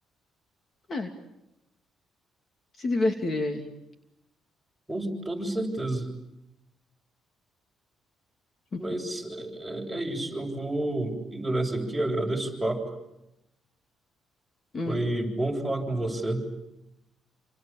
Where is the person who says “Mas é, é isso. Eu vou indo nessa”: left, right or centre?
Centre